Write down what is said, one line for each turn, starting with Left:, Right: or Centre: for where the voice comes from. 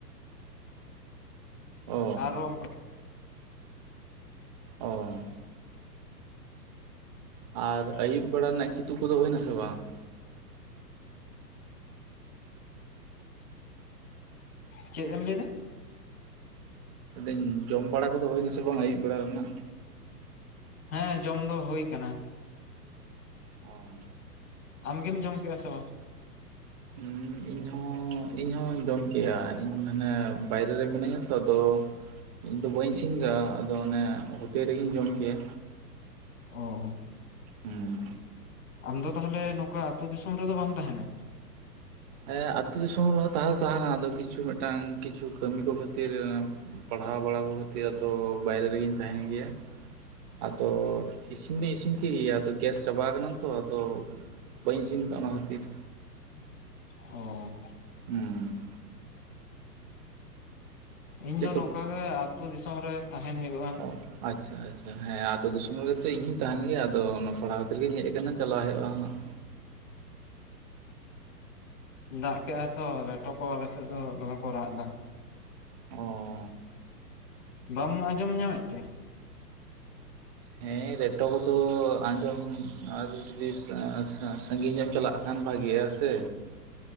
Right: ᱚ
Left: ᱟᱨᱚ ᱚᱝᱠᱟ
Right: ᱚ ᱟᱨ ᱟᱹᱭᱩᱵ ᱵᱮᱲᱟ ᱨᱮᱱᱟᱜ ᱠᱤᱫᱩᱵ ᱠᱚᱫᱚ ᱦᱩᱭᱱᱟᱥᱮ ᱵᱟᱝ
Left: ᱪᱮᱫ ᱮᱢ ᱞᱮᱭ ᱫᱟ?
Right: ᱞᱟᱹᱭ ᱫᱟᱹᱧ ᱡᱚᱢ ᱵᱟᱲᱟ ᱠᱚᱫᱚ ᱦᱳᱭᱱᱟᱥᱮ ᱵᱟᱝ ᱟᱹᱭᱩᱵ ᱵᱮᱲᱟ ᱨᱮᱱᱟᱜ?
Left: ᱦᱮᱸ ᱡᱚᱢ ᱫᱚ ᱦᱳᱭ ᱠᱟᱱᱟ
Right: ᱚ
Left: ᱟᱢᱜᱮᱢ ᱡᱚᱢ ᱠᱮᱜ-ᱟ ᱥᱮ ᱵᱟᱝ?
Right: ᱦᱩᱸ ᱤᱧ ᱦᱚᱸ ᱤᱧ ᱤᱧ ᱦᱚᱸᱧ ᱡᱚᱢ ᱠᱮᱜ-ᱟ ᱤᱧ ᱢᱟᱱᱮ ᱵᱟᱭᱨᱮ ᱨᱮ ᱢᱤᱱᱟᱹᱧᱟ ᱛᱚ ᱟᱫᱚ ᱤᱧᱫᱚ ᱵᱟᱹᱧ ᱤᱥᱤᱱ ᱠᱟᱜ-ᱟ ᱟᱫᱚ ᱚᱱᱮ ᱦᱳᱴᱮᱞ ᱨᱮᱜᱮᱧ ᱡᱚᱢ ᱠᱮᱭᱟ
Left: ᱚ
Right: ᱦᱩᱸ
Left: ᱟᱢᱫᱚ ᱛᱟᱦᱚᱞᱮ ᱱᱚᱝᱠᱟ ᱟᱹᱛᱩ ᱫᱤᱥᱚᱢ ᱨᱮᱫᱚ ᱵᱟᱢ ᱛᱟᱦᱮᱱᱟ
Right: ᱦᱮᱸ ᱟᱹᱛᱩ ᱫᱤᱥᱚᱢ ᱨᱮᱦᱚᱸ ᱛᱟᱦᱮᱸ ᱛᱟᱦᱮᱸᱱᱟ ᱟᱫᱚ ᱠᱤᱪᱷᱩ ᱢᱮᱫᱴᱟᱝ ᱠᱤᱪᱷᱩ ᱠᱟᱹᱢᱤ ᱠᱚ ᱠᱷᱟᱹᱛᱤᱨ ᱯᱟᱲᱦᱟᱣ ᱵᱟᱲᱟ ᱠᱚ ᱠᱷᱟᱹᱛᱤᱨ ᱟᱫᱚ ᱵᱟᱭᱨᱮ ᱨᱮᱜᱮᱧ ᱛᱟᱦᱮᱱ ᱜᱮᱭᱟ ᱟᱫᱚ ᱤᱥᱤᱱ ᱫᱩᱧ ᱤᱥᱤᱱ ᱠᱮᱜᱮᱭᱟ ᱟᱫᱚ ᱜᱮᱥ ᱪᱟᱵᱟᱣ ᱠᱟᱱᱟ ᱛᱚ ᱟᱫᱚ ᱵᱟᱹᱧ ᱤᱥᱤᱱ ᱠᱟᱜ-ᱟ ᱚᱱᱟ ᱠᱷᱟᱹᱛᱤᱨ
Left: ᱚ
Right: ᱦᱩᱸ
Left: ᱤᱧ
Right: ᱪᱮᱫ
Left: ᱫᱚ
Right: ᱠᱚ
Left: ᱱᱚᱠᱟ ᱜᱮ ᱟᱛᱳ ᱫᱤᱥᱚᱢ ᱨᱮ ᱛᱟᱦᱮᱱ ᱦᱳᱭᱳᱜᱼᱟ ᱾
Right: ᱚ ᱟᱪᱪᱷᱟ ᱟᱪᱪᱷᱟ ᱾ ᱦᱮᱸ ᱟᱛᱳ ᱫᱤᱥᱚᱢ ᱨᱮᱜᱮ ᱛᱚ ᱤᱧ ᱦᱩᱧ ᱛᱟᱦᱮᱱ ᱜᱮᱭᱟ, ᱟᱫᱚ ᱚᱱᱟ ᱯᱟᱲᱦᱟᱣ ᱠᱷᱟᱹᱛᱤᱨ ᱜᱤᱧ ᱦᱮᱡ ᱠᱟᱱᱟ ᱪᱟᱞᱟᱣ ᱦᱳᱭᱳᱜᱼᱟ ᱦᱟᱸᱜ ᱾
Left: ᱫᱟᱜ ᱠᱮᱜᱼᱟᱭ ᱛᱚ, ᱨᱮᱴᱚ ᱠᱚ ᱟᱞᱮ ᱥᱮᱜ ᱫᱚ ᱫᱚᱢᱮ ᱠᱚ ᱨᱟᱜ ᱫᱟ ᱾
Right: ᱚ
Left: ᱵᱟᱢ ᱟᱸᱡᱚᱢ ᱧᱟᱢᱮᱜ ᱛᱮ?
Right: ᱦᱮᱸ ᱨᱮᱴᱚ ᱠᱚᱫᱚ ᱟᱸᱡᱚᱢ ᱟᱨ ᱡᱩᱫᱤ ᱥᱟ ᱥᱟ ᱥᱟᱺᱜᱤᱧ ᱧᱚᱜ ᱮᱢ ᱪᱟᱞᱟᱜ ᱠᱷᱟᱱ ᱵᱷᱟᱜᱮᱭᱟ ᱛᱮ